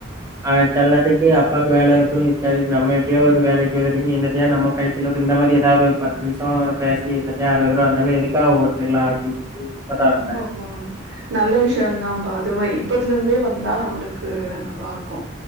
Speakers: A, on the right (about 15°); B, on the right (about 75°).
A: ஆ செல நேத்திக்கு அப்பாக்கு வேல இருக்கு <unintelligible> நம்ம எப்டியாவது ஒரு வேலக்கு <unintelligible> என்னத்திய்வது நம்ம கைசெலவுக்கு இந்த மாரி ஏதாவது ஒரு பத்து நிமிஷ பேசி <unintelligible> இருந்தாலு எதுக்கா ஓட்டிடலா அப்டின்னு இருந்தே
B: ஓ நல்ல விஷயம்தாப்பா அதுவே இப்பதுல இருந்தே வந்தா நம்மளுக்கு நல்லா இரு க்கு